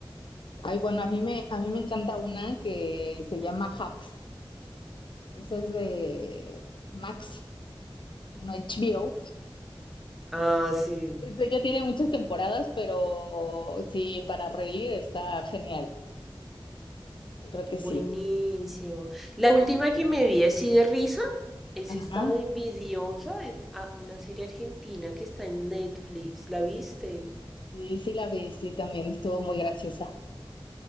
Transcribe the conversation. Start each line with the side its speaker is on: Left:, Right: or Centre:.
Left: Ay, bueno, a mí me, a mí me encanta una que se llama Hacks. Esa es de Max, bueno, HBO.
Centre: Ah, sí.
Left: Este ya <laughs> tiene muchas temporadas, pero sí, para reír está genial. Yo creo que
Centre: Buenísimo.
Left: sí.
Centre: La última que me vi así de risa es
Left: Ajá.
Centre: esta de Envidiosa, es- ah, una serie argentina que está en Netflix. ¿La viste?
Left: Sí, sí la vi, sí, también estuvo muy graciosa.